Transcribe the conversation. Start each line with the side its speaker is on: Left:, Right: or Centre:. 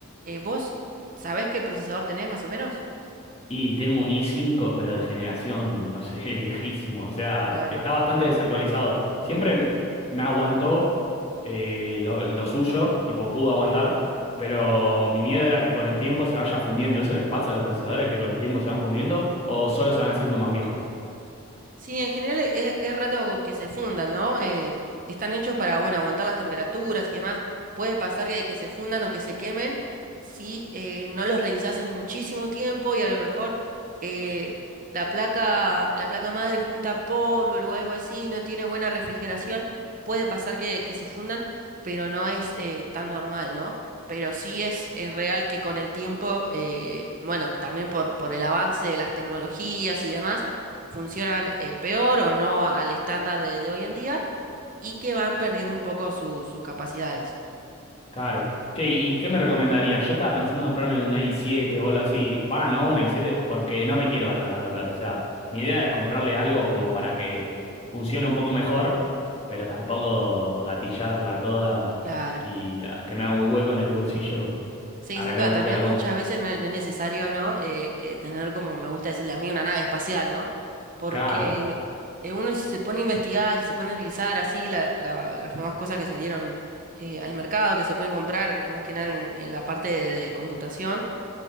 Right: Eh, ¿vos sabés qué procesador tenés más o menos?
Left: Y tengo un i cinco, pero de generación, no sé, <laughs> viejísimo. O sea,
Right: Claro.
Left: está bastante desactualizado. Siempre m- me aguantó eh, lo, lo suyo, tipo, pudo aguantar, pero mi miedo era que con el tiempo se vaya fundiendo. ¿Eso les pasa a los procesadores que con el tiempo se van fundiendo o solo se van haciendo más viejos?
Right: Sí, en general e- e- es, raro que se fundan, ¿no? Eh, están hechos para, bueno, aguantar las temperaturas y demás. Puede pasar que, que se fundan o que se quemen si eh, no los revisás en muchísimo tiempo y a lo mejor eh, la placa, la placa madre junta polvo o algo así, no tiene buena refrigeración. Puede pasar que, que se fundan, pero no es eh, tan normal, ¿no? Pero sí es, es real que con el tiempo, eh, bueno, también por, por el avance de las tecnologías y demás, funcionan eh, peor o no al estándar de de hoy en día y que van perdiendo un poco su- sus capacidades.
Left: Claro. Che, ¿y y qué me recomendarías? Yo estaba pensando en comprarme una i7 o algo así. Va, no, una i7, porque no me quiero gastar tanta plata. O sea, mi idea es comprarle algo como para que funcione un poco mejor, pero tampoco gatillarla toda
Right: Claro.
Left: y ah, que me haga un hueco en el bolsillo,
Right: Sí,
Left: arreglar
Right: sin duda,
Left: un
Right: también
Left: poco la compu.
Right: muchas veces no es, no es necesario, ¿no? Eh, eh, tener, como me gusta decirle a mí, una nave espacial, ¿no? Porque
Left: Claro.
Right: eh, uno si se pone a investigar y se pone a analizar así la- la- las nuevas cosas que salieron eh, al mercado, que se pueden comprar, eh, más que nada en, en la parte de, de computación,